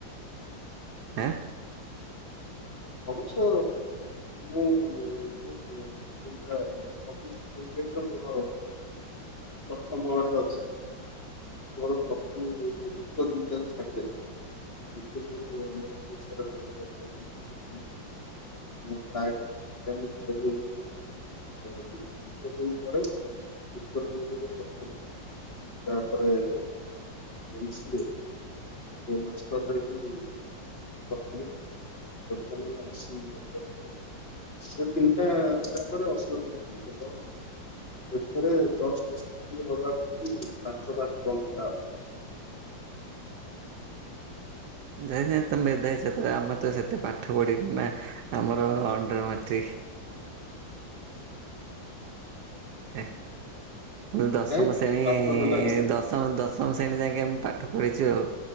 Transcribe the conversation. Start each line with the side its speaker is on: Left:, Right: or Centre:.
Right: <inaudible>
Left: ଅବଶ୍ୟ। <unintelligible> ପ୍ରଥ ମୁହରେ ଅଛି କେଳ ଯୋ ଯୁକ୍ତ ଦୁନିଟକୁ ଛାଡିଦେଲେ। <inaudible> ମୋର ବହୁତ୍ ସାରା ଦେହ <inaudible> <unintelligible> <inaudible> ତା'ପରେ ଏମ୍ସ ଦି ଦି ମାସ୍ ତ ଭଳିକି <unintelligible> <unintelligible> ଓପରେ। ସେ ତିନିଟା ତାଙ୍କର <unintelligible> ଏଥିରେ ଜଷ୍ଟ ଷାଠିଏ ହବା ପାଇଁ କି ପାଞ୍ଚ ମାର୍କ କମ୍ ଥିଲା।
Right: ହଁ ନାଇଁନାଇଁ ସେତେ ଆମେ ତ ସେତେ ପାଠ ପଢିନୁ ନା? ଆମର ଅଣ୍ଡର ମାଟ୍ରିକ। ଏ ଦଶମ
Left: କାଇଁ
Right: ଶ୍ରେଣୀ
Left: ପାଠ
Right: ଏ
Left: ହେଲାନି
Right: ଦଶମ ଦଶ ଦଶମ ଶ୍ରେଣୀ ଯାଙ୍କେ ଆମେ ପାଠ ପଢିଛୁ ଆଉ